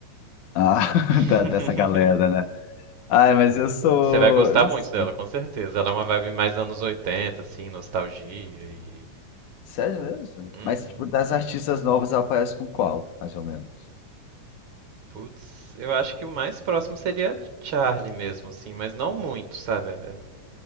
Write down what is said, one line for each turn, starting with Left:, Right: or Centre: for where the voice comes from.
Left: <laughs>
Right: <laughs>
Left: da- dessa galera, né? Ai, mas eu sou.
Right: Você vai gostar
Left: Eu não
Right: muito
Left: sei.
Right: dela, com certeza. Ela é uma vibe mais anos 80, assim, nostalgia e.
Left: Sério mesmo?
Right: Uhum.
Left: Mas, tipo, das artistas novas, ela aparece com qual, mais ou menos?
Right: Putz, eu acho que o mais próximo seria Charlie mesmo, assim, mas não muito, sabe? É